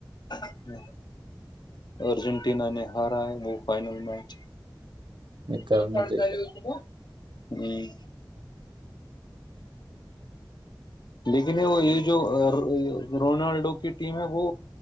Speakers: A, on the left; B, on the right.
A: ہاں ارجنٹینا نے ہارا ہے وہ فائنل میچ
B: نہیں کل
A: ملب
B: میں
A: ان
B: دیکھ-
A: داری ہو س میں لیکن یہ وہ یہ جو رونالڈو کی ٹیم ہے وہ